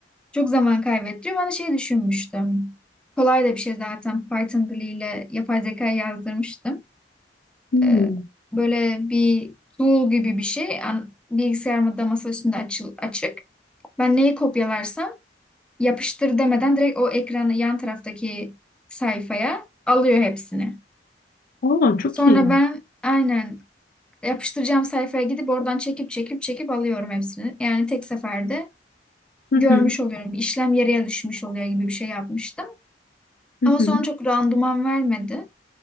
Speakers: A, in the centre; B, on the left (about 55°).
A: Çok zaman kaybettiriyor. Ben de şey düşünmüştüm. Kolay da bir şey zaten. Python diliyle yapay zeka yazdırmıştım.
B: Hmm.
A: e, böyle bir tool gibi bir şey. An- Bilgisayarımda masa üstünde açıl, açık. Ben neyi kopyalarsam yapıştır demeden direkt o ekranı yan taraftaki sayfaya alıyor hepsini.
B: Aa, çok
A: Sonra
B: iyi.
A: ben aynen yapıştıracağım sayfaya gidip oradan çekip çekip çekip alıyorum hepsini. Yani tek seferde
B: Hı
A: görmüş
B: hı.
A: oluyorum. İşlem yarıya düşmüş oluyor gibi bir şey yapmıştım.
B: Hı
A: Ama
B: hı.
A: sonra çok randıman vermedi.